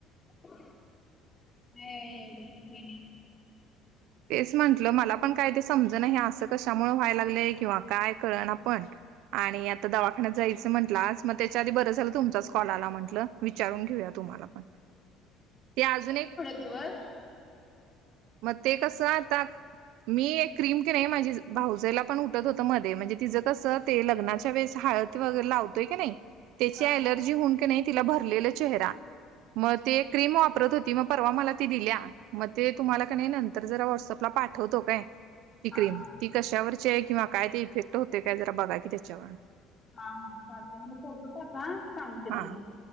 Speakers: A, on the left; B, on the right.
A: <unintelligible>
B: तेच म्हंटलं, मला पण काही ते समजना, हे असं कशामुळे व्हाय लागलंय किंवा काय कळणा पण- आणि आता दवाखान्यात जायचं म्हटलं, आज मग त्याच्या आधी बरं झालं तुमचाच कॉल आला म्हटलं. विचारून घेऊया तुम्हाला पण ते अजून एक-
A: कवर <unintelligible>
B: मग ते कसं आता मी एक क्रीम कि नाई माझी भाऊजयला पण उठत होतं मध्ये म्हणजे तिचं कसं ते लग्नाच्या वेळेस हाळद वगर लावतोयी नाही <unintelligible> त्याची
A: हा
B: अलर्जी होऊन की नाही तिला भरलेला चेहरा मग ते क्रीम वापरत हो- ती म परवा मला ती दिल्या म ते तुम्हाला का नाई नंतर जरा व्हॉट्सअपला पाठवतो काय. ती
A: हा
B: क्रीम ती कशावरची आहे किंवा काय ते इफेक्ट होते काय जरा बघा कि त्याच्यावर.
A: हां हा चालतंय म फोटो टाका सांगते
B: हा
A: मग मी